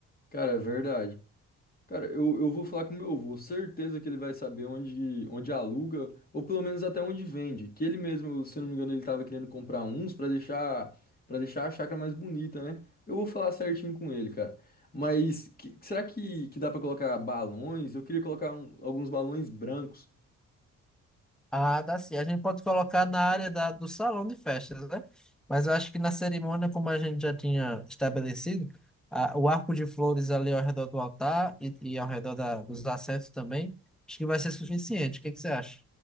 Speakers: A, on the left; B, in the centre.
A: Cara, é verdade. Cara, eu, eu vou falar com meu avô, certeza que ele vai saber onde, onde aluga, ou pelo menos até onde vende. Que ele mesmo, se não me engano, ele tava querendo comprar uns pra deixar para deixar a chácara mais bonita, né? Eu vou falar certinho com ele, cara. Mas que- será que, que dá pra colocar balões? Eu queria colocar um- alguns balões brancos.
B: Ah, dá sim. A gente pode colocar na área da, do salão de festas, né? Mas eu acho que na cerimônia, como a gente já tinha estabelecido, a- o arco de flores ali ao redor do altar e, e ao redor da- dos assentos também, acho que vai ser suficiente. O que que você acha?